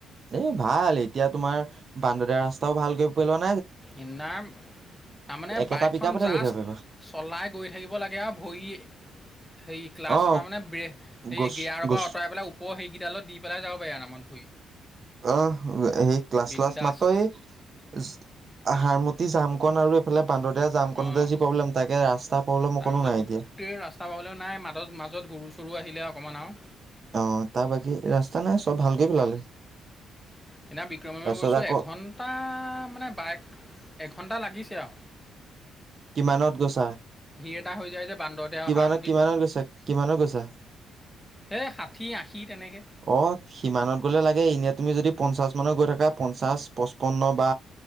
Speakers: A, on the right; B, in the centre.
A: এ ভাল এতিয়া তোমাৰ বান্দদিয়াৰ ৰাস্তাও ভালকৈ পেলোৱা ন <unintelligible>
B: ইনাম তাৰমানে
A: একেটা
B: বাইকখন
A: পিক আপতে
B: জাষ্ট
A: গৈ থাকিব পাৰিবা
B: চলাই গৈ থাকিব লাগে আৰু ভৰি সেই ক্লাছৰ
A: অ
B: পৰা মানে ব্ৰে হে
A: গছ
B: গেয়াৰৰ
A: গছ
B: পৰা আঁৰাই পেলাই ওপৰ সেইকেইটালত দি পেলাই যাব পাৰি আ নমত ভূৰি
A: আহ সেই ক্লাছ্লাছ
B: বিন্দাছ
A: মাত্ৰ <unintelligible> আহাৰ মতি জামকন আৰু এইফালে পানদ দিয়া জাম কতে
B: অঁ
A: যি প্ৰব্লেম তাকে ৰাস্তা পলম
B: তাৰপিছত
A: অকো নাই
B: গোটেই
A: এতিয়া
B: ৰাস্তা পাবলৈ নাই মাজত মাজত গৰু চৰু আহিলে অকণমান আৰু
A: অ তাৰ বাকী ৰাস্তা নাই চব ভালকৈ পেলালে
B: পিনা বিক্ৰমমে
A: তাৰপিছত
B: গৈছো
A: আকৌ
B: এঘণ্টা মানে বাইক ঘণ্টা লাগিছে আও
A: কিমানত গছা
B: এটা হৈ যায় যে বান্দৰদেৱা
A: কিমানত,
B: হাৰমতিত
A: কিমানত গৈছা কিমানত গৈছা
B: সেই ষাঠি আশী তেনেকৈ
A: অ সিমানত গলে লাগে এনে তুমি যদি পঞ্চাশ মানত গৈ থাক পা পচপন্ন বা